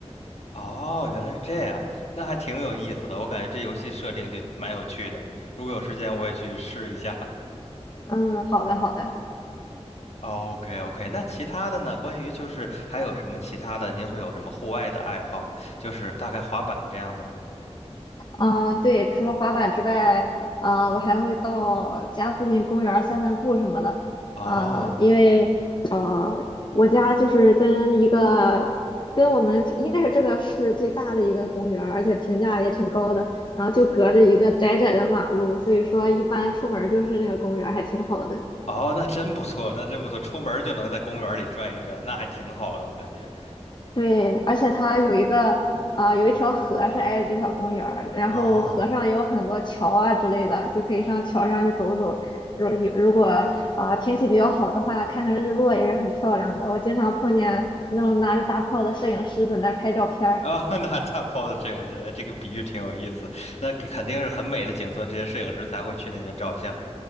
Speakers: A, on the left; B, on the left.
A: 哦，原来是这样，那还挺有意思的。我感觉这游戏设定就蛮有趣的，如果有时间我也去试一下。<laughs>
B: 嗯，好的好的。
A: OK OK，那其他的呢？关于就是还有什么其他的？您会有什么户外的爱好吗？就是大概滑板这样子吗？
B: 啊、对，除了滑板之外，啊、我还会到家附近公园儿散散步什么的。
A: 哦。
B: 啊、因为啊，我家就是跟一个跟我们应该是这个市最大的一个公园儿而且评价也挺高的。然后就隔着一个窄窄的马路，所以说一般出门儿就是那个公园儿还挺好的。
A: 哦，那真不错，那真不错，出门就能在公园里转一转，那还挺好的，我感觉。
B: 对，而且它有一个啊、呃有一条河是挨着这条公园儿，然后河上有很多桥啊之类的，
A: 哦，
B: 就可以上桥上去走走。如有如果啊、呃天气比较好的话，看看日落也是很漂亮的。我经常碰见那种拿着大炮的摄影师在那儿拍照片儿。
A: 啊、<laughs> 那大炮的摄影师，这个比喻挺有意思。那肯定是很美的景色，这些摄影师才会去那边照相。